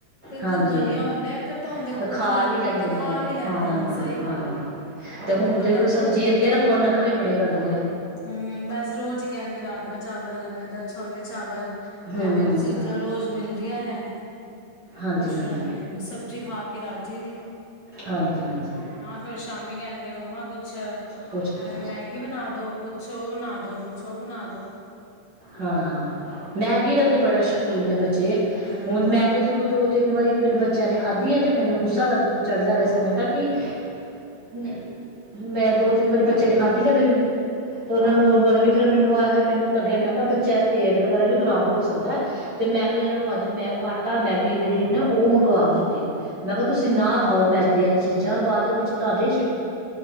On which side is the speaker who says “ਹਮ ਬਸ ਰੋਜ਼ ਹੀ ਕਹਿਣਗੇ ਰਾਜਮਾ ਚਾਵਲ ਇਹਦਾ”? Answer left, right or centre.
Left